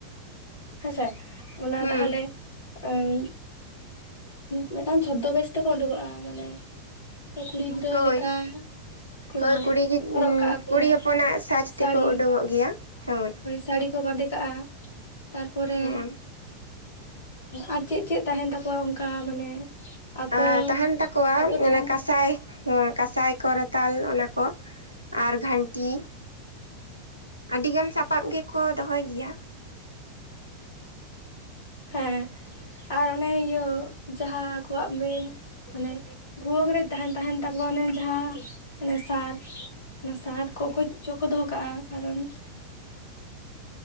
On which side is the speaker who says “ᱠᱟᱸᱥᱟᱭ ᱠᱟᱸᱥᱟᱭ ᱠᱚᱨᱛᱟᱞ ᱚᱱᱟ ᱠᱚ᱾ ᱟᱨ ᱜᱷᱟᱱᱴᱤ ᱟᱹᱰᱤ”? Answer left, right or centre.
Left